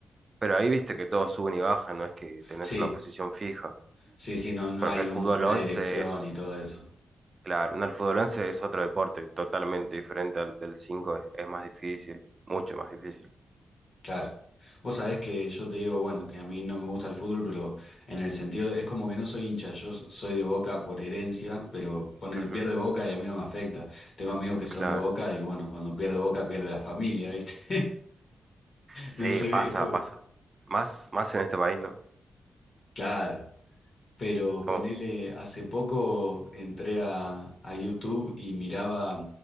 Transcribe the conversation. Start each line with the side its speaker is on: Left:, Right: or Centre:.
Right: pero ahí viste que todos suben y bajan, no es que tenés
Left: Sí,
Right: una posición fija,
Left: sí, sí, no, no
Right: porque
Left: hay
Right: el
Left: un-
Right: fútbol
Left: una
Right: 11
Left: dirección
Right: es,
Left: y todo eso.
Right: claro, no, el fútbol 11 es otro deporte totalmente diferente al del 5 es, es más difícil, mucho más difícil.
Left: Claro. Vos sabés que yo te digo, bueno, que a mí no me gusta el fútbol, pero en el sentido, es como que no soy hincha, yo s- soy de Boca por herencia, pero pone,
Right: Ujú,
Left: pierde Boca y a mí no me afecta. Tengo amigos que son
Right: claro.
Left: de Boca y bueno, cuando pierde Boca pierde la familia, ¿viste? <laughs>
Right: Sí,
Left: No sé,
Right: pasa,
Left: es como,
Right: pasa. Más, más en este país, ¿no?
Left: claro. Pero ponele,
Right: Somos,
Left: hace poco entré a, a YouTube y miraba,